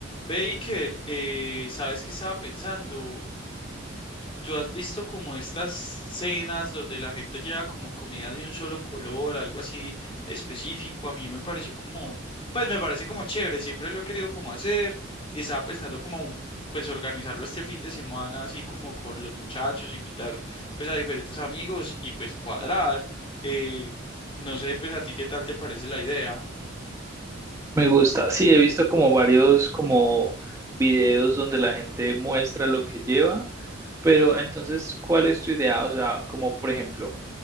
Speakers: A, on the left; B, on the right.
A: Baker, eh, ¿sabes qué estaba pensando? ¿Tú has visto como estas cenas donde la gente lleva como comida de un solo color, algo así específico? A mí me pareció como, pues me parece como chévere, siempre lo he querido como hacer y estaba pensando como, pues organizarlo este fin de semana, así como con los muchachos, invitar pues a diferentes amigos y pues cuadrar. Eh, no sé, pues a ti qué tal te parece la idea.
B: Me gusta, sí, he visto como varios como videos donde la gente muestra lo que lleva, pero entonces, ¿cuál es tu idea? O sea, como por ejemplo,